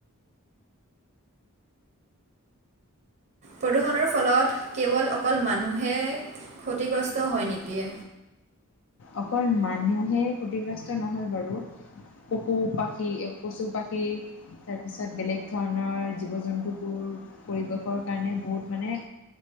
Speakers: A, on the right; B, on the left.
A: প্ৰদূষণৰ ফলত কেৱল অকল মানুহে ক্ষতিগ্ৰস্ত হয় নেকি?
B: অকল মানুহে ক্ষতিগ্ৰস্ত নহয় বাৰু। পশু পাখি এ, পশু পাখি তাৰপিছত বেলেগ ধৰণৰ জীৱ জন্তুবোৰ পৰিৱেশৰ কাৰণে বহুত মানে